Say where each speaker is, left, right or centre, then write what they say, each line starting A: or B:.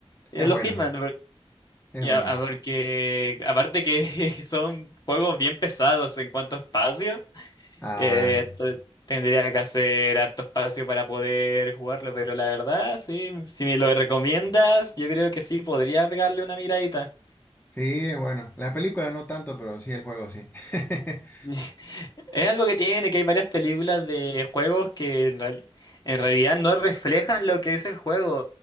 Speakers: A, on the left; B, on the left.
A: eh,
B: Es
A: los
B: bueno,
A: Hitman. por-
B: es
A: ya,
B: bueno.
A: ah, porque aparte que <laughs> son juegos bien pesados en cuanto a espacio.
B: Ah,
A: Eh, t- tendría que hacer harto espacio para poder jugarlo, pero la verdad, sí, si me lo recomiendas, yo creo que sí, podría pegarle una miradita.
B: sí, es bueno. La película no tanto, pero sí el juego, sí. <laughs>
A: <laughs> Es algo que tiene, que hay varias películas de juegos que en, reali- en realidad no reflejan lo que es el juego,